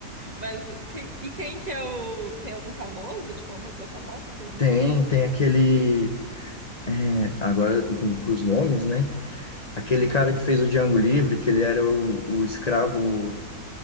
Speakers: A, on the right; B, on the left.
A: Mas quem- e quem que é o... Tem algum famoso? Tipo, uma pessoa famosa fazendo
B: Tem,
A: o filme?
B: tem aquele. é, agora com, com os nomes, né? Aquele
A: Aham.
B: cara que fez o Django Livre, que ele era o, o escravo.